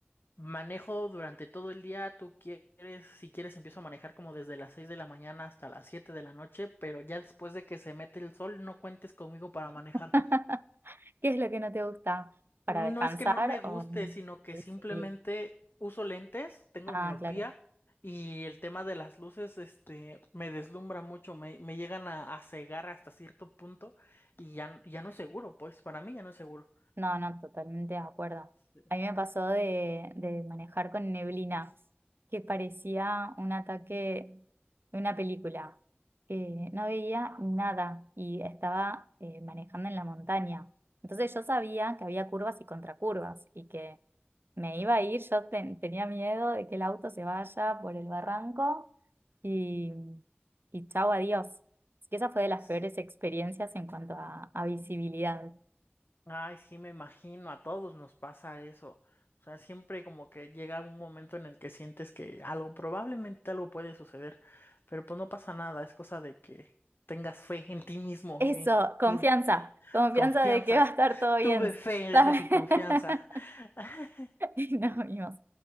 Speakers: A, on the left; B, on the right.
A: manejo durante todo el día. Tú quieres, si quieres, empiezo a manejar como desde las 6 de la mañana hasta las 7 de la noche, pero ya después de que se mete el sol, no cuentes conmigo para manejar.
B: <laughs> ¿Qué es lo que no te gusta para
A: No
B: descansar
A: es que no me guste,
B: o...
A: sino que
B: visibilizar?
A: simplemente uso lentes, tengo
B: Ah,
A: miopía
B: claro.
A: y el tema de las luces, este, me deslumbra mucho, me, me llegan a, a cegar hasta cierto punto y ya, n- ya no es seguro, pues para mí ya no es seguro.
B: No, no, totalmente de acuerdo.
A: Sí.
B: A mí me pasó de, de manejar con neblina, que parecía un ataque de una película. Eh, no veía nada y estaba eh, manejando en la montaña. Entonces yo sabía que había curvas y contracurvas y que me iba a ir. Yo ten- tenía miedo de que el auto se vaya por el barranco y, y chao, adiós. Así que esa fue de las
A: Sí.
B: peores experiencias en cuanto a a visibilidad.
A: Ay, sí, me imagino, a todos nos pasa eso. O sea, siempre como que llega un momento en el que sientes que algo, probablemente algo puede suceder, pero pues no pasa nada, es cosa de que tengas fe en ti mismo
B: Eso,
A: y,
B: confianza,
A: y
B: confianza
A: Confianza.
B: de que va a estar todo bien,
A: Tuve fe,
B: ¿sabes?
A: dices, y
B: <laughs>
A: confianza. <laughs>
B: Y nos vimos.